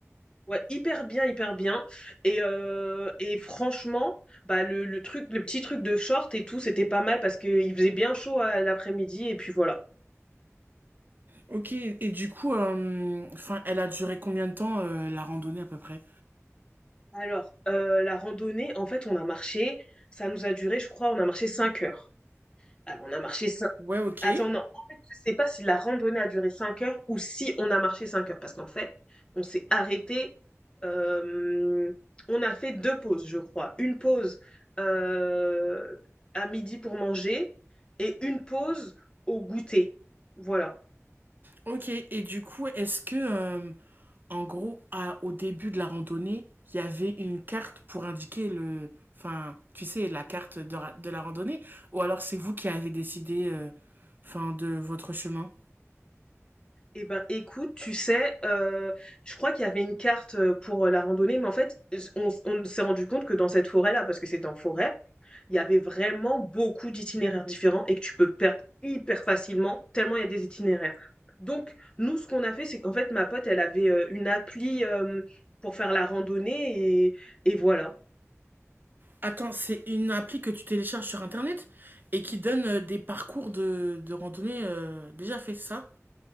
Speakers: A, on the left; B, on the right.
A: Ouais, hyper bien, hyper bien. Et, heu et franchement, bah, le le truc le petit truc de short et tout, c'était pas mal parce qu'il faisait bien chaud à l'après-midi et puis voilà.
B: Ok, et du coup, euh, enfin, elle a duré combien de temps euh, la randonnée à peu près
A: Alors, heu, la randonnée, en fait, on a marché, ça nous a duré, je crois, on a marché 5 heures. Alors on a marché cinq
B: Ouais, ok.
A: attends, non, en fait, je sais pas si la randonnée a duré 5 heures ou si on a marché 5 heures parce qu'en fait, on s'est arrêté Hem, on a fait 2 pauses, je crois. Une pause, heu, à midi pour manger et une pause au goûter. Voilà.
B: Ok, et du coup, est-ce que, euh, en gros, à- au début de la randonnée, il y avait une carte pour indiquer le, enfin, tu sais, la carte de, ra- de la randonnée, ou alors c'est vous qui avez décidé, euh, enfin, de votre chemin
A: Et ben, écoute, tu sais, heu, je crois qu'il y avait une carte, heu, pour, la randonnée, mais en fait, on on s'est rendu compte que dans cette forêt-là, parce que c'était en forêt, il y avait vraiment beaucoup d'itinéraires différents et que tu peux perdre hyper facilement, tellement il y a des itinéraires. Donc, nous, ce qu'on a fait, c'est qu'en fait, ma pote, elle avait euh, une appli euh, pour faire la randonnée et, et voilà.
B: Attends, c'est une appli que tu télécharges sur internet et qui donne euh, des parcours de, de randonnée euh, déjà fait ça.